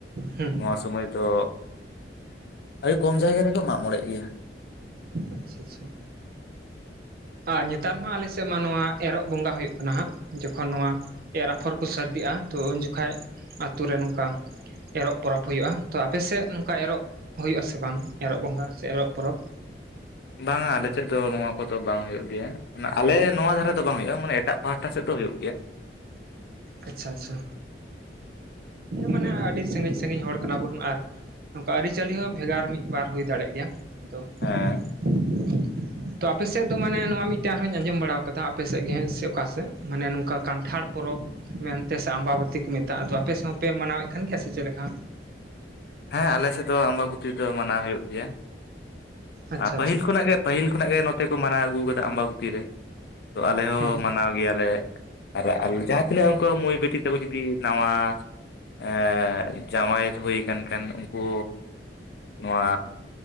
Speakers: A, on the right; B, on the left.
A: ᱦᱩᱸ
B: ᱱᱚᱣᱟ ᱥᱚᱢᱚᱭ ᱫᱚ ᱟᱹᱰᱤ ᱠᱚᱢ ᱡᱟᱭᱜᱟ ᱨᱮᱠᱚ ᱢᱟᱜ ᱢᱚᱬᱮᱜ ᱜᱮᱭᱟ
A: ᱟᱪᱪᱷᱟ ᱟᱪᱪᱷᱟ ᱟᱨ ᱱᱮᱛᱟᱨ ᱢᱟ ᱟᱞᱮ ᱥᱮᱫ ᱢᱟ ᱱᱚᱣᱟ ᱮᱨᱚᱜ ᱵᱚᱸᱜᱟ ᱦᱩᱭᱩᱜ ᱠᱟᱱᱟ ᱦᱟᱸᱜ ᱡᱚᱠᱷᱚᱱ ᱱᱚᱣᱟ ᱮᱨ ᱟᱯᱷᱚᱨ ᱠᱚ ᱥᱟᱹᱨᱫᱤᱜᱼᱟ ᱛᱳ ᱩᱱ ᱡᱚᱠᱷᱟ ᱟᱹᱛᱳ ᱨᱮ ᱱᱚᱝᱠᱟ ᱮᱨᱚᱜ ᱯᱚᱨᱚᱵᱽ ᱦᱩᱭᱩᱜᱼᱟ ᱛᱚ ᱟᱯᱮᱥᱮᱫ ᱱᱚᱝᱠᱟ ᱮᱨᱚᱜ ᱦᱩᱭᱩᱜᱼᱟ ᱥᱮ ᱵᱟᱝ ᱮᱨᱚᱜ ᱵᱚᱸᱜᱟ ᱥᱮ ᱮᱨᱚᱜ ᱯᱚᱨᱚᱵᱽ
B: ᱵᱟᱝᱟ ᱟᱞᱮᱥᱮᱫ ᱫᱚ ᱱᱚᱣᱟ ᱠᱚᱫᱚ ᱵᱟᱝ ᱦᱩᱭᱩᱜ ᱜᱮᱭᱟ ᱟᱞᱮ ᱱᱚᱣᱟ ᱫᱷᱟᱨᱮ ᱫᱚ ᱵᱟᱝ ᱦᱩᱭᱩᱜᱼᱟ ᱢᱟᱱᱮ ᱮᱴᱟᱜ ᱯᱟᱦᱟᱴᱟ ᱥᱮᱫ ᱫᱚ ᱦᱩᱭᱩᱜ ᱜᱮᱭᱟ
A: ᱟᱪᱪᱷᱟ ᱟᱪᱪᱷᱟ, ᱢᱟᱱᱮ ᱟᱹᱰᱤ ᱥᱟᱺᱜᱤᱧ ᱥᱟᱺᱜᱤᱧ ᱦᱚᱲ ᱠᱟᱱᱟ ᱵᱚᱱ ᱟᱨ ᱱᱚᱝᱠᱟ ᱟᱹᱨᱤᱪᱟᱹᱞᱤ ᱦᱚᱸ ᱵᱷᱮᱜᱟᱨ ᱢᱤᱫ ᱵᱟᱨ ᱦᱩᱭ ᱫᱟᱲᱮᱜ ᱜᱮᱭᱟ ᱟᱫᱚ
B: ᱦᱮᱸ
A: <inaudible> ᱛᱚ ᱟᱯᱮ ᱥᱮᱫ ᱫᱚ ᱢᱟᱱᱮ ᱱᱚᱣᱟ ᱢᱤᱫᱴᱟᱝ ᱦᱚᱸᱧ ᱟᱸᱡᱚᱢ ᱵᱟᱲᱟ ᱠᱟᱫᱟ ᱟᱯᱮ ᱥᱮᱫ ᱜᱮ ᱥᱮ ᱚᱠᱟ ᱥᱮᱫ ᱢᱟᱱᱮ ᱱᱚᱝᱠᱟ ᱠᱟᱱᱴᱷᱟᱲ ᱯᱚᱨᱚᱵᱽ ᱢᱮᱱᱛᱮ ᱥᱮ ᱟᱢᱵᱟᱵᱟᱹᱛᱤ ᱠᱚ ᱢᱮᱛᱟᱜᱼᱟ ᱟᱫᱚ ᱟᱯᱮ ᱥᱟᱣ ᱯᱮ ᱢᱟᱱᱟᱣᱮᱫ ᱠᱟᱱ ᱜᱮᱭᱟ ᱥᱮ ᱪᱮᱫ ᱞᱮᱠᱟ
B: ᱦᱮᱸ ᱟᱞᱮᱥᱮᱫ ᱫᱚ ᱟᱢᱵᱟᱵᱩᱛᱤ ᱫᱚ ᱢᱟᱱᱟᱣ ᱦᱩᱭᱩᱜ ᱜᱮᱭᱟ
A: ᱟᱪᱪᱷᱟ
B: ᱟᱨ ᱯᱟᱹᱦᱤᱞ
A: ᱟᱪᱪᱷᱟ
B: ᱠᱷᱚᱱᱟᱜ ᱜᱮ ᱯᱟᱹᱦᱤᱞ ᱠᱷᱚᱱᱟᱜ ᱜᱮ ᱱᱚᱛᱮ ᱠᱚ ᱢᱟᱱᱟᱣ ᱟᱹᱜᱩ ᱟᱠᱟᱫᱟ ᱟᱢᱵᱟᱵᱚᱛᱤ ᱨᱮ ᱛᱚ ᱟᱞᱮ ᱦᱚᱸ
A: ᱦᱩᱸ
B: ᱢᱟᱱᱟᱣ ᱜᱮᱭᱟᱞᱮ ᱟᱨ ᱟᱨ ᱡᱟᱦᱟᱸ ᱛᱤᱱᱟᱹᱜ ᱢᱟᱹᱭ ᱵᱤᱴᱤ ᱛᱟᱠᱚ ᱡᱩᱫᱤ ᱱᱟᱣᱟ ᱮᱸᱻ ᱡᱟᱶᱟᱭ ᱦᱩᱭ ᱟᱠᱟᱱ ᱠᱷᱟᱱ ᱩᱱᱠᱩ ᱱᱚᱣᱟ